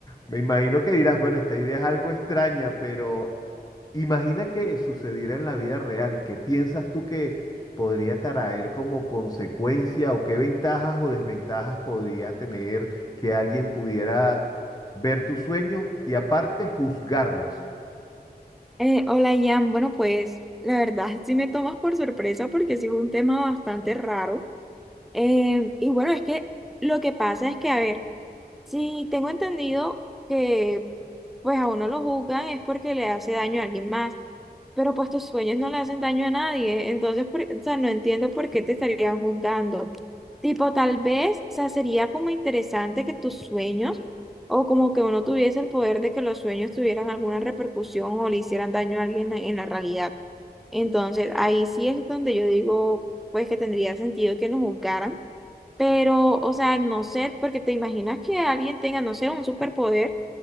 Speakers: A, on the left (about 25°); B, in the centre.
A: me imagino que dirás, bueno, esta idea es algo extraña, pero imagina que sucediera en la vida real, ¿qué piensas tú que podría traer como consecuencia o qué ventajas o desventajas podría tener que alguien pudiera ver tus sueños y aparte juzgarlos?
B: Eh, hola, Ian. Bueno, pues la verdad <laughs> sí me tomas por sorpresa porque sí fue un tema bastante raro. Eh, y bueno, es que lo que pasa es que, a ver, si tengo entendido que pues a uno lo juzgan es porque le hace daño a alguien más, pero pues tus sueños no le hacen daño a nadie, entonces, por- o sea, no entiendo por qué te estarían juzgando. Tipo, tal vez, o sea, sería como interesante que tus sueños, o como que uno tuviese el poder de que los sueños tuvieran alguna repercusión o le hicieran daño a alguien en la realidad. Entonces, ahí sí es donde yo digo, pues que tendría sentido que nos juzgaran, pero, o sea, no sé, porque te imaginas que alguien tenga, no sé, un superpoder